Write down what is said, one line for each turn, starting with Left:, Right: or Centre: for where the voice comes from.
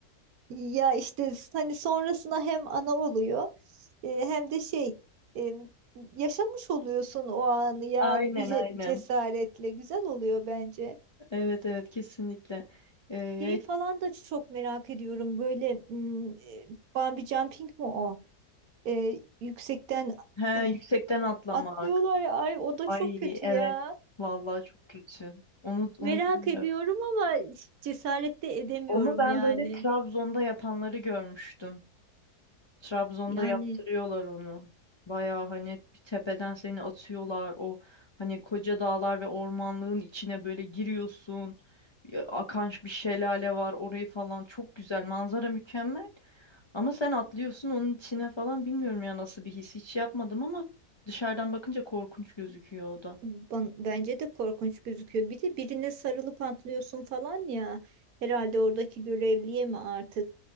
Right: Ya işte hani sonrasında hem ana oluyor e, hem de şey e, yaşamış oluyorsun o anı yani
Left: Aynen
Right: bir ce-
Left: aynen.
Right: cesaretle güzel oluyor bence.
Left: Evet evet kesinlikle. Ee, ya-
Right: Şeyi falan da çok merak ediyorum böyle m, e, bungee jumping mi o? E, yüksekten
Left: he,
Right: e,
Left: yüksekten atlamak.
Right: atlıyorlar ya, ay o da
Left: Ay
Right: çok kötü
Left: evet.
Right: ya.
Left: Vallahi çok kötü. Onu onu
Right: Merak
Left: bilmiyorum.
Right: ediyorum ama cesaret de edemiyorum
Left: Onu ben
Right: yani.
Left: böyle Trabzon'da yapanları görmüştüm. Trabzon'da
Right: Yani.
Left: yaptırıyorlar onu. Baya hani bir tepeden seni atıyorlar. O hani koca dağlar ve ormanlığın içine böyle giriyorsun. Ya, Akan bir şelale var orayı falan. Çok güzel. Manzara mükemmel. Ama sen atlıyorsun onun içine falan. Bilmiyorum ya nasıl bir his. Hiç yapmadım ama dışarıdan bakınca korkunç gözüküyor o da.
Right: Ban- Bence de korkunç gözüküyor. Bir de birine sarılıp atlıyorsun falan ya. Herhalde oradaki görevliye mi artık?